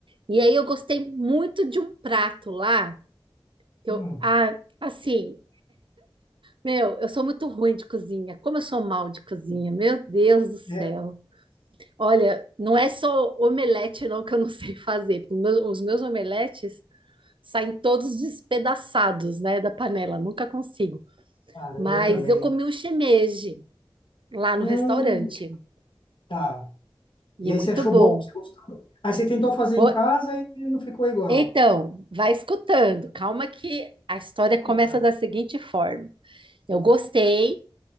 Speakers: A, on the right; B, on the left.
A: E aí eu gostei muito de um prato lá, que
B: Hum,
A: eu, ah, assim, meu, eu sou muito ruim de cozinha. Como eu sou mal de cozinha, meu Deus do céu.
B: é,
A: Olha, não é só omelete não que eu não <laughs> sei fazer, porque meu- os meus omeletes saem todos despedaçados, né, da panela, nunca consigo.
B: caramba,
A: Mas
B: eu também.
A: eu comi um shimeji lá no
B: Hum,
A: restaurante
B: tá.
A: e
B: E
A: é
B: aí
A: muito
B: você achou
A: bom.
B: bom? Você gostou? Aí você tentou fazer
A: Ô,
B: em casa e não ficou igual.
A: Então, vai escutando, calma que a história começa
B: Ah,
A: da seguinte forma. Eu gostei